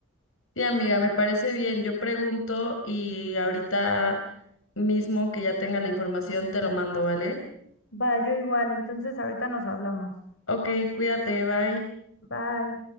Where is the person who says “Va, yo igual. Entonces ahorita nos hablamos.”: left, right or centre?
Left